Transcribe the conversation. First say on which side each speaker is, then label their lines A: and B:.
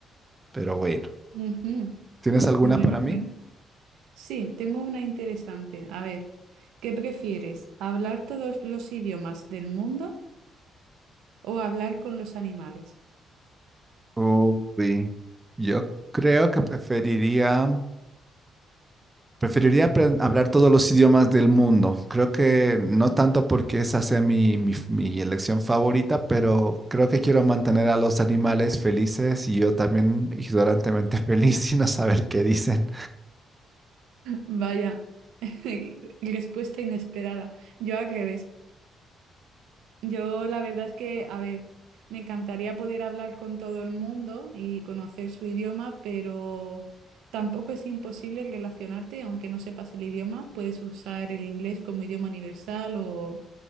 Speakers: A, on the right; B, on the right.
A: Pero bueno,
B: Ujú.
A: ¿tienes alguna
B: Bueno,
A: para
B: bueno.
A: mí?
B: Sí, tengo una interesante. A ver, ¿qué prefieres? ¿Hablar todos los idiomas del mundo o hablar con los animales?
A: Uy, yo creo que preferiría, preferiría apren- hablar todos los idiomas del mundo. Creo que no tanto porque esa sea mi, mi, mi elección favorita, pero creo que quiero mantener a los animales felices y yo también ignorantemente <laughs> feliz y no saber qué dicen.
B: Vaya, <laughs> respuesta inesperada. Yo al revés. Yo la verdad es que, a ver, me encantaría poder hablar con todo el mundo y conocer su idioma, pero tampoco es imposible relacionarte, aunque no sepas el idioma, puedes usar el inglés como idioma universal o...